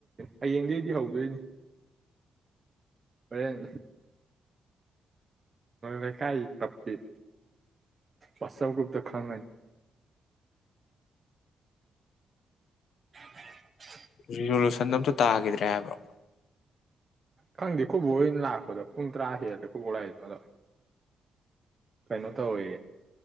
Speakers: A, on the right; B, on the left.
A: ꯍꯌꯦꯡꯗꯒꯤꯗꯤ ꯍꯧꯗꯣꯏꯅꯤ ꯍꯣꯔꯦꯟ ꯂꯩꯀꯥꯏꯒꯤ ꯀ꯭ꯂꯞꯀꯤꯤ ꯋꯥꯆꯞ ꯒ꯭ꯔꯨꯞꯇ ꯈꯪꯉꯅꯤ <inaudible>
B: ꯔꯤꯖꯣꯂꯨꯁꯟ ꯑꯝꯇ ꯇꯥꯈꯤꯗ꯭ꯔꯦ ꯍꯥꯏꯕ꯭ꯔꯣ
A: ꯈꯪꯗꯦ ꯈꯨꯕꯣꯏ ꯂꯥꯛꯄꯗꯣ ꯄꯨꯡ ꯇꯔꯥ ꯍꯦꯜꯂꯂꯦ ꯈꯨꯕꯂꯥꯏꯗꯣ ꯑꯗꯣ ꯀꯩꯅꯣ ꯇꯧꯋꯦ